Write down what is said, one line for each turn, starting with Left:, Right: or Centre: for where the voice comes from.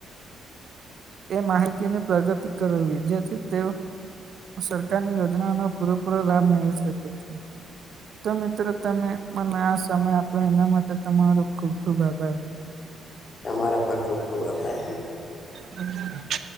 Right: એ માહિતીની પ્રગતિ કરવી જેથી તે સરકારની યોજનાઓનો પૂરેપૂરો લાભ મેળવી શકે છે તો મિત્રો તમે મને આ સમય આપો એના માટે તમારો ખુબ ખુબ આભાર
Left: તમારો પણ ખૂબ ખૂબ આભાર
Right: <unintelligible>